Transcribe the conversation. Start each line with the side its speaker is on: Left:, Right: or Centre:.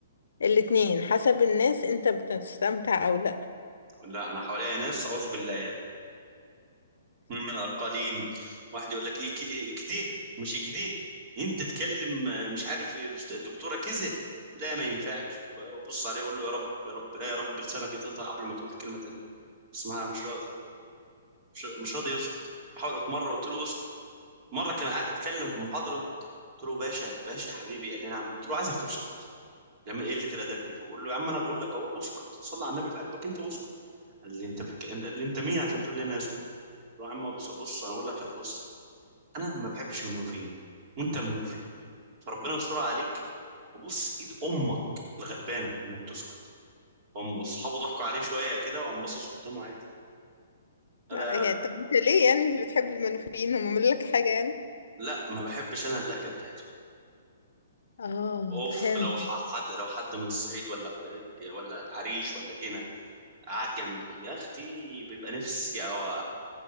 Left: الاتنين حسب الناس انت بتستمتع او لا
Right: لا أنا حواليا ناس أعوذ بالله يعني من من الأقاليم واحد يقول لك إيه ك- إيه كده مش كده أنت تتكلم آه، مش عارف إيه، الأست- الدكتورة كذا لا ما ينفعش وأبص عليه أقول له يا رب يا رب لا يا رب لسانك يتقطع قبل ما تقول كلمة تانية بس ما مش راضي مش مش راضي يسكت بحاول في مرة قلت له اسكت مرة كان قاعد يتكلم في محاضرة قلت له باشا باشا حبيبي قال لي نعم قلت له عايزك تسكت لما قلة الأدب دي فبقول له يا عم أنا بقول لك أهو اسكت صلي على النبي في قلبك أنت واسكت قال لي أنت بك... قال لي أنت مين عشان تقول لي أنا اسكت قلت له يا عم بص بص أنا أقول لك خلاص انا ما بحبش المنوفيين وانت منوفي فربنا يستر عليك وبص ايد امك الغلبانه انك تسكت هم اصحابه ضحكوا عليه شويه كده وقام باصص قدامه عادي انا
Left: لا هي طب انت ليه يعني مش بتحب المنوفيين هم عملوا لك حاجة يعني
Right: لا ما بحبش انا اللهجه بتاعتهم
Left: اه
Right: اوف
Left: فهمتك
Right: لو ح- حد لو حد من الصعيد ولا ولا العريش ولا جنة قعد جنبي يا اختي بيبقى نفسي أو...